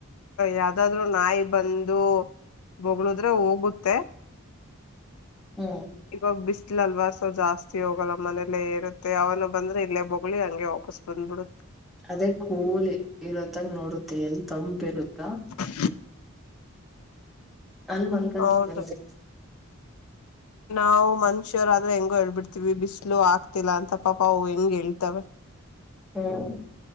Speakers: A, on the left; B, in the centre.
A: ಯಾವ್ದಾದ್ರು ನಾಯಿ ಬಂದು ಬಗ್ಳದ್ರೆ ಹೋಗುತ್ತೆ
B: ಹ್ಮ್
A: ಇವಾಗ ಬಿಸಲಲ್ವಾ ಸೊ ಜಾಸ್ತಿ ಹೋಗಲ್ಲ ಮನೇಲ್ಲೇ ಇರುತ್ತೆ ಅವನು ಬಂದ್ರೆ ಇಲ್ಲೇ ಬೋಗಲಿ ಹಂಗೆ ವಾಪಸ್. ದು ಬಿಡ.
B: ಅದೇ ಕೂಲಿ ಇರತ್ತಾಗ ನೋಡುತ್ತೆ ಎಲ್ಲಿ ತಂಪಿರುತ್ತಾ.
A: ಹ.
B: ಅಲ್ ಮಲ್ಕಂತ
A: ಹೌದು.
B: ಬಂದೆ
A: ನಾವು ಮನುಷ್ಯರ ಆದ್ರೆ ಹೆಂಗೋ ಹೇಳ್ಬಿಡ್ತವಿ ಬಿಸಿಲು ಆಗ್ತಿಲ್ಲ ಅಂತ ಪಾಪಾ ಅವು ಹೆಂಗ ಹೇಳ್ತವೆ.
B: ಹ್ಮ್.